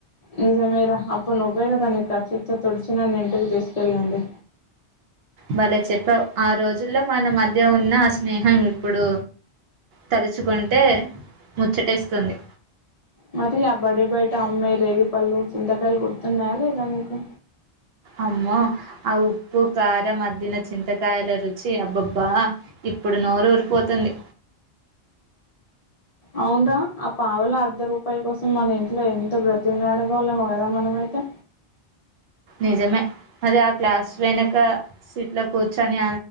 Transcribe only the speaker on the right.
వాలే చెప్పవు ఆ రోజుల్లో మన మధ్య ఉన్న ఆ స్నేహం ఇప్పుడు తలుచుకుంటే ముచ్చటిేస్తుంది
అమ్మో ఆ ఉప్పు కారం మద్దన చింతకాయల రుచి అబ్బబ్బా ఇప్పుడు నోరు ఊరిపోతుంది
నిజమే అది ఆ క్లాస్ వెనక సీట్ లో కూర్చొని